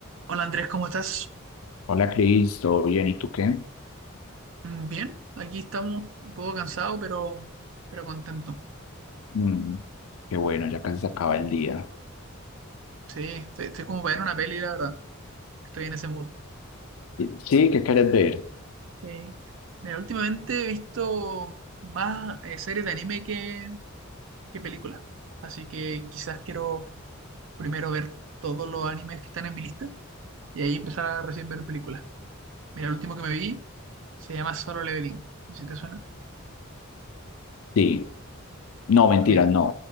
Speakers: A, on the right; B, on the left.
A: Hola Andrés, ¿cómo estás?
B: Hola Cris, ¿todo bien? ¿Y tú qué?
A: Mm, Bien, aquí estamos un poco cansado, pero, pero contento.
B: Mm, qué bueno, ya casi se acaba el día.
A: Sí, estoy, estoy como para ver una peli, la verdad. Estoy en ese mood.
B: Sí, ¿qué quieres ver?
A: Sí. Mira, últimamente he visto más eh, series de anime que, que películas. Así que quizás quiero primero ver todos los animes que están en mi lista y ahí empezar a recién ver películas. Mira, el último que me vi se llama Solo Leveling. No sé si te suena.
B: Sí, no,
A: Lo
B: mentira,
A: vi.
B: no,